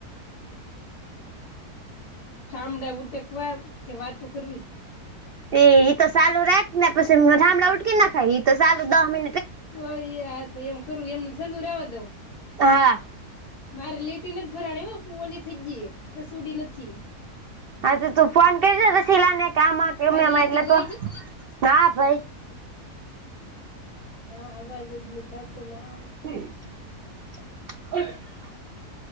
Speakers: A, on the left; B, on the right.
A: ઠામડા ઉટેકવા કે વાતો કરવી. <inaudible>
B: એ ઇ તો સાલુ રાખ, ને પસી ઠામડા ઉઠકી ન ખાઈ તો સાલુ દહ મિ
A: તું એ એમ કરું એમ સાલું રવા દઉં.
B: હા
A: મારે લેટ નથી ભરાણી હ, પું ઓલી થઈ જઈ હસુડી નથી.
B: હા તો તું ફોન કરીજ તો શિલા ને કે આમાં કેમ
A: તારે
B: એમાં
A: લીટી
B: એટલે
A: ભરાઈ
B: તો
A: ગઈ
B: હા ભાઈ-
A: હા અવાજ જ નથી આવાતો ને આ
B: હ <unintelligible>